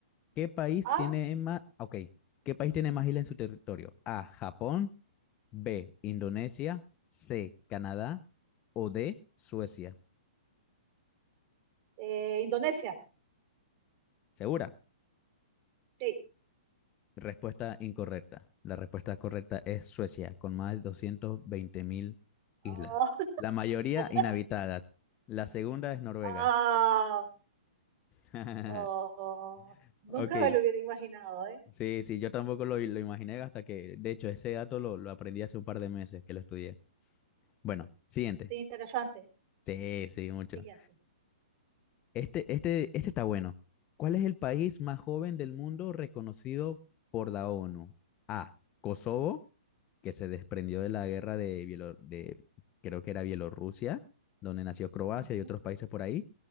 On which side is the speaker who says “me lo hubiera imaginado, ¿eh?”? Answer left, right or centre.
Right